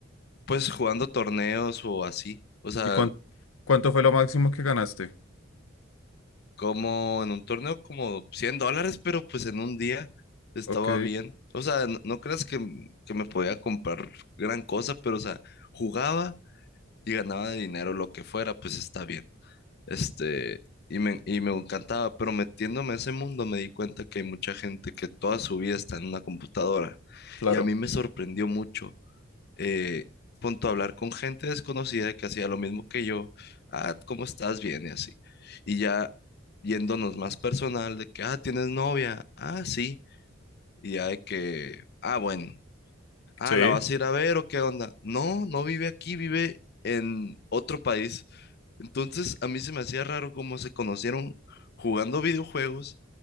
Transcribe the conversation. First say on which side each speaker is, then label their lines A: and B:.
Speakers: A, on the left; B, on the left.
A: Pues jugando torneos o así. O sea,
B: ¿Y cuán- cuánto fue lo máximo que ganaste?
A: como en un torneo como 100 dólares, pero pues en un día estaba
B: Ok,
A: bien. O sea, no, no creas que, m- que me podía comprar gran cosa, pero o sea, jugaba y ganaba dinero, lo que fuera, pues está bien. Este, y me, y me encantaba, pero metiéndome a ese mundo me di cuenta que hay mucha gente que toda su vida está en una computadora.
B: claro.
A: Y a mí me sorprendió mucho, eh, punto hablar con gente desconocida que hacía lo mismo que yo. Ah, ¿cómo estás? Bien, y así. Y ya yéndonos más personal, de que, ah, ¿tienes novia? Ah, sí. Y ya de que, ah, bueno. Ah,
B: Sí,
A: ¿la vas a ir a ver o qué onda? No, no vive aquí, vive en otro país. Entonces, a mí se me hacía raro cómo se conocieron jugando videojuegos